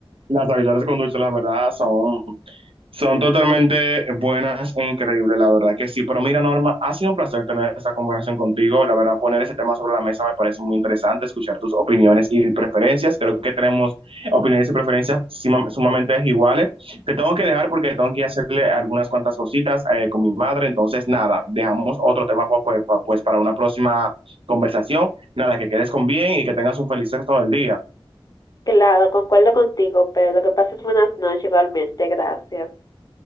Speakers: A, on the right; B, on the left.
A: las habichuelas con dulce, la verdad, son son totalmente buenas e increíbles, la verdad que sí. Pero mira, Norma, ha sido un placer tener esta conversación contigo. La verdad, poner ese tema sobre la mesa me parece muy interesante, escuchar tus opiniones y preferencias. Creo que tenemos opiniones y preferencias suma- sumamente iguales. Te tengo que dejar porque tengo que hacerle algunas cuantas cositas eh, con mi madre. Entonces, nada, dejamos otro tema pues, pues, pues, para una próxima conversación. Nada, que quedes con bien y que tengas un feliz resto del día.
B: Claro, concuerdo contigo, pero que pases buenas noches igualmente, gracias.